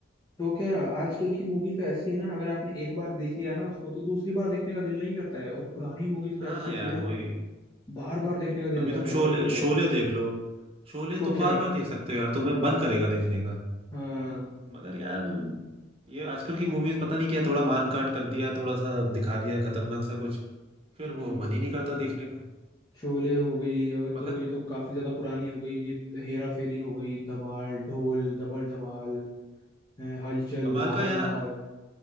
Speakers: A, on the left; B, on the right.
A: तो क्या आजकल की मूवीज तो ऐसी है ना अगर आपने एक बार देख लिया ना उसको तो दूसरी बार देखने का दिल नहीं करता है और पुरानी मूवीज तो
B: हाँ
A: ऐसी
B: यार
A: थी ना
B: वही
A: बार बार देखने का दिल
B: अभी
A: करता
B: तुम
A: है
B: शोले
A: भाई उनका
B: शोले देख लो शोले
A: तो
B: तुम
A: क्या
B: बार
A: है
B: बार देख सकते हो यार तुम्हें मन करेगा देखने का
A: हाँ
B: मगर यार ये आजकल की मूवीज पता नहीं क्या थोड़ा मार काट कर दिया थोड़ा सा दिखा दिया खतरनाक सा कुछ फिर
A: हम्म
B: वो मन ही नहीं करता देखने का
A: शोले हो गई अगर
B: मगर
A: चलो ये तो काफी ज्यादा पुरानी हो गई ये हेरा फेरी हो गई धमाल ढोल डबल धमाल हैं, हलचल
B: कमाल
A: भागम
B: का यार
A: भाग